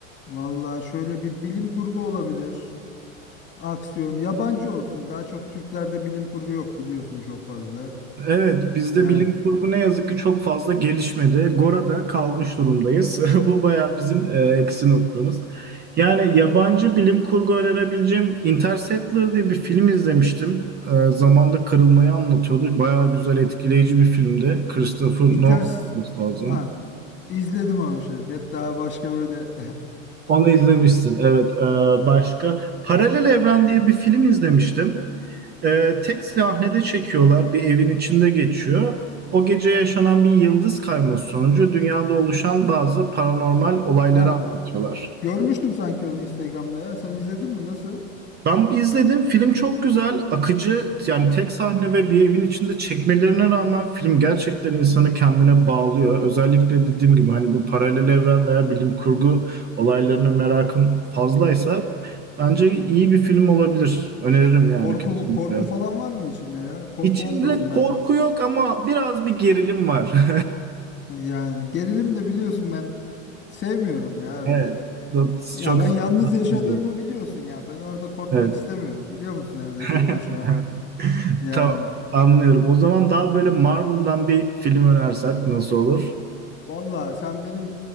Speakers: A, on the left; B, on the right.
A: Vallahi şöyle bir bilim kurgu olabilir. Aksiyon. Yabancı olsun. Daha çok Türklerde bilim kurgu yok biliyorsun çok fazla.
B: Evet, bizde
A: Yani
B: bilim kurgu ne yazık ki çok fazla gelişmedi. Gora'da kalmış durumdayız. <laughs> Bu bayağı bizim e, eksi noktamız. Yani yabancı bilim kurgu önerebileceğim Interstellar diye bir film izlemiştim. E, zamanda kırılmayı anlatıyordu. Bayağı güzel, etkileyici bir filmdi. Christopher Nolan
A: Inter...
B: olması lazım.
A: Ha, izledim onu Şevket. Daha başka böyle... <laughs>
B: Onu izlemişsin. Evet. Ee, başka Paralel Evren diye bir film izlemiştim. Ee, tek sahnede çekiyorlar. Bir evin içinde geçiyor. O gece yaşanan bir yıldız kayması sonucu dünyada oluşan bazı paranormal olayları
A: Ha,
B: anlatıyorlar.
A: görmüştüm sanki onu Instagram'da ya. Sen izledin mi? Nasıl?
B: Ben izledim. Film çok güzel, akıcı. Yani tek sahne ve bir evin içinde çekmelerine rağmen film gerçekten insanı kendine bağlıyor. Özellikle dediğim gibi hani bu paralel evren veya bilim kurgu olaylarına merakın fazlaysa bence iyi bir film olabilir. Öneririm yani
A: Korku
B: kesinlikle.
A: korku falan var mı içinde ya? Korku
B: İçinde
A: olmasın.
B: korku
A: Ben
B: yok ama biraz bir gerilim var. <laughs>
A: Yani gerilim de biliyorsun ben sevmiyorum ya öyle.
B: Evet.
A: Ya
B: Çok
A: ben
B: sevdim.
A: yalnız yaşadığımı biliyorsun ya. Ben orada korkmak
B: Evet.
A: istemiyorum biliyor musun evde
B: <laughs>
A: tek başıma. Yani
B: Tamam, anlıyorum. O zaman daha böyle Marvel'dan bir film önersek nasıl olur?
A: valla sen benim